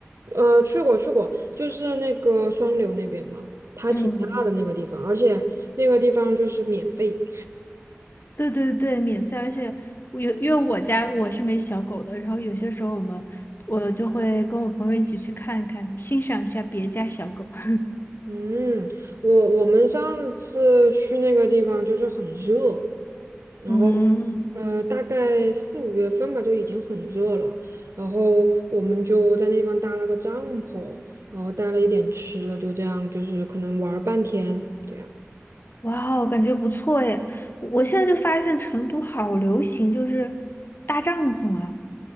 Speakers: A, on the right (about 75°); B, on the left (about 50°).
A: 呃，去过去过，就是那个双流那边嘛，它挺大的那个地方，
B: 嗯。
A: 而且那个地方就是免费。
B: 对对对，免费，而且我有，因为我家我是没小狗的，然后有些时候我们我就会跟我朋友一起去看看，欣赏一下别家小狗。<laughs>
A: 嗯，我我们上次去那个地方就是很热，然后。
B: 嗯，
A: 呃，大概四五月份吧，就已经很热了。然后我们就在那地方搭了个帐篷，然后带了一点吃的，就这样，就是可能玩儿半天这样。
B: 哇哦，感觉不错耶！我现在就发现成都好流行，就是搭帐篷啊。